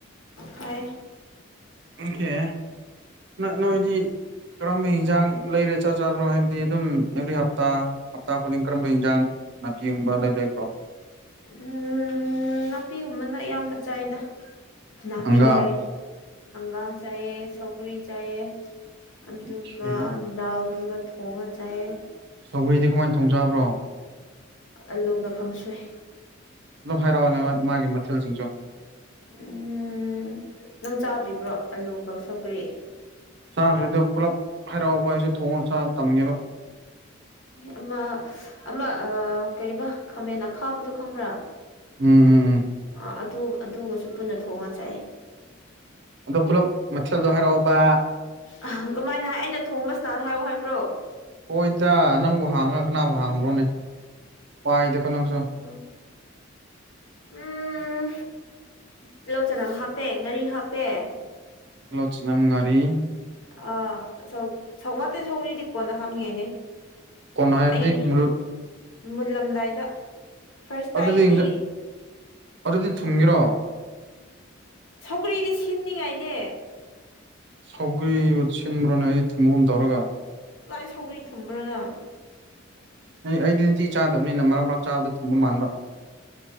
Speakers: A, on the left; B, on the right.
A: ꯇꯥꯏꯌꯦ
B: ꯑꯣꯀꯦ ꯅ ꯅꯣꯏꯗꯤ ꯀꯔꯝꯕ ꯍꯟꯖꯥꯡ ꯂꯩꯔꯦ ꯆꯥ ꯆꯥꯕ꯭ꯔꯣ ꯍꯥꯏꯕꯗꯤ ꯑꯗꯨꯝ ꯑꯦꯚ꯭ꯔꯤ ꯍꯞꯇꯥ ꯍꯞꯇꯥ ꯈꯨꯗꯤꯡ ꯀꯔꯝꯕ ꯏꯟꯖꯥꯡ ꯅꯥꯄꯤꯒꯨꯝꯕ ꯂꯩ ꯂꯩꯀ꯭ꯔꯣ
A: ꯎꯝ ꯅꯥꯄꯤꯒꯨꯝꯕꯅ ꯑꯌꯥꯝꯕ ꯆꯥꯏꯗ ꯅꯥꯄꯤ
B: ꯍꯪꯒꯥꯝ
A: ꯍꯥꯏ ꯍꯪꯒꯥꯝ ꯆ ꯁꯧꯒꯔꯤ ꯆꯌꯦ ꯑꯗꯨꯒ
B: ꯑꯣꯀꯦ
A: ꯗꯥꯜꯒꯨꯝꯕ ꯊꯣꯡꯉ ꯆꯥꯏꯑ
B: ꯆꯧꯒ꯭ꯔꯤꯗꯤ ꯀꯃꯥꯏꯅ ꯊꯣꯡꯖꯥꯕ꯭ꯔꯣ
A: ꯑꯜꯂꯨ ꯒ ꯀꯪꯁꯣꯏ
B: ꯑꯗꯨꯝ ꯍꯔꯥꯎꯅꯦ ꯃꯥꯒꯤ ꯃꯊꯦꯜꯁꯤꯡꯁꯨ
A: ꯎꯝ ꯅꯪ ꯆꯥꯗ꯭ꯔꯤꯕ꯭ꯔꯣ ꯑꯂꯨꯒ ꯁꯧꯒ꯭ꯔꯤ
B: ꯆꯥꯈ꯭ꯔꯦꯗ ꯄꯨꯂꯞ ꯍꯔꯥꯎꯕ ꯑꯩꯁꯨ ꯊꯣꯡꯑꯒ ꯆꯥꯔ ꯇꯝꯒꯦꯕ
A: ꯑꯃ ꯑꯃ ꯀꯔꯤꯕ ꯈꯥꯃꯦꯟ ꯑ ꯈꯥꯕꯗꯣ ꯈꯪꯕ꯭ꯔꯥ
B: ꯎꯝ ꯎꯝ ꯎꯝ
A: ꯑꯥ ꯑꯗꯨ ꯑꯗꯨꯒꯁꯨ ꯄꯨꯟꯅ ꯊꯣꯡꯉ ꯆꯥꯏ
B: ꯑꯗꯣ ꯄꯨꯜꯂꯞ ꯃꯊꯦꯜꯗꯣ ꯍꯥꯏꯔꯛꯑꯣꯕ
A: ꯑ ꯀꯃꯥꯏꯅ ꯍꯥꯏ ꯑꯩꯅ ꯊꯣꯡꯕꯕꯁꯤꯇꯥ ꯍꯥꯏꯌꯣ ꯍꯥꯏꯕ꯭ꯔꯣ
B: ꯍꯣꯏ ꯏꯗ ꯅꯪꯕꯨ ꯍꯥꯡꯉꯒ ꯀꯅꯥꯕꯨ ꯍꯥꯡꯕ꯭ꯔꯣꯅꯦ ꯋꯥꯏꯗꯀꯣ
A: ꯑ
B: ꯅꯪꯁꯨ
A: ꯎꯝ ꯇꯤꯜꯍꯧ ꯆꯅꯝ ꯍꯥꯞꯄꯦ ꯉꯥꯔꯤ ꯍꯥꯞꯄꯦ
B: ꯂꯣꯆꯅꯝ ꯉꯔꯤ
A: ꯑ ꯁ ꯁ ꯉꯇ ꯁꯧꯔꯤꯗꯤ ꯀꯣꯟꯅ ꯍꯥꯞꯅꯤꯡꯉꯥꯏꯅꯦ
B: ꯀꯣꯟꯅ ꯍꯥꯏꯕꯗꯤ
A: ꯑꯩ
B: ꯃꯨꯜ
A: ꯃꯨꯜꯂꯝꯗꯥꯏꯗ ꯐꯥꯔꯁꯇ
B: ꯑꯗꯨꯗꯤ
A: ꯑꯩꯗꯤ
B: ꯑꯗꯨꯗꯤ ꯊꯨꯝꯒꯤꯔꯣ
A: ꯁꯧꯒ꯭ꯔꯤꯗꯤ ꯁꯤꯟꯅꯤꯉꯥꯏꯅꯦ
B: ꯁꯧꯒꯔꯤ ꯁꯤꯟꯕ꯭ꯔꯣꯅꯦ ꯑꯩ ꯊꯨꯝꯒꯨꯝ ꯇꯧꯔꯒ
A: ꯂꯥꯏ ꯁꯧꯒ꯭ꯔꯤ ꯊꯨꯝꯕ꯭ꯔꯣꯅ
B: ꯑꯦ ꯑꯩꯗꯤꯇꯤ ꯆꯥꯗꯕꯅꯤꯅ ꯃꯔꯛ ꯃꯔꯛ ꯆꯥꯕꯗ ꯊꯨꯝꯕ ꯃꯥꯟꯕ